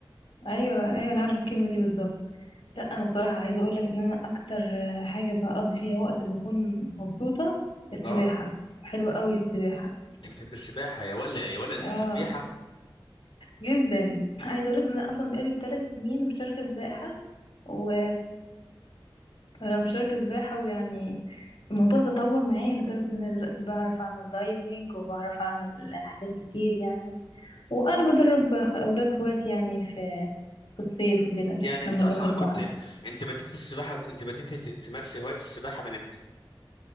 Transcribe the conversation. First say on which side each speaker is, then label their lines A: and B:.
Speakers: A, on the left; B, on the left.
A: ايوه ايوه انا عارفة الكلمة دي بالظبط لا انا بصراحه عايزه اقول لك ان انا اكتر حاجه بقضي فيها وقت بكون مبسوطه السباحه
B: اه
A: حلوه قوي السباحه
B: انت بتحب السباحه يا ولا يا ولا انت
A: اه
B: سبيحه
A: جدا عايزه اقول لك ان انا اصلا بقالي ثلاث سنين مشتركه سباحه و آه، مشتركه سباحه ويعني الموضوع تطور معايا لدرجه ان انا دلوقتي بعرف اعمل دايفنج وبعرف اعمل حاجات كتير يعني وانا بدرب اولاد اخواتي يعني في في الصيف وكده
B: يعني
A: لما
B: انت اصلا
A: نروح البحر
B: كنت انت بديت السباحه انت بديت ت- تمارس هوايه السباحه من امتى